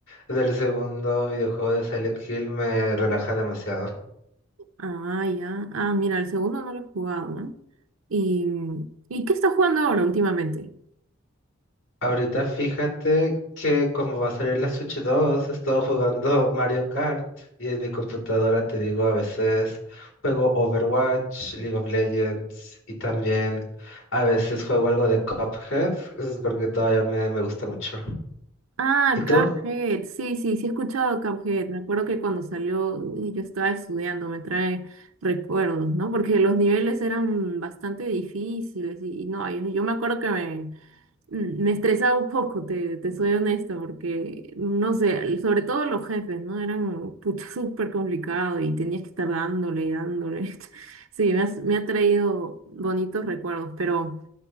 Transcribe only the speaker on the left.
del segundo videojuego de Silent Hill, me relaja demasiado.
Ahorita fíjate que como va a salir la Switch 2 he estado jugando <laughs> Mario Kart y en mi computadora te digo a veces juego Overwatch, League of Legends y también a veces juego algo de Cuphead, es porque todavía me, me gusta mucho.
¿Y tú?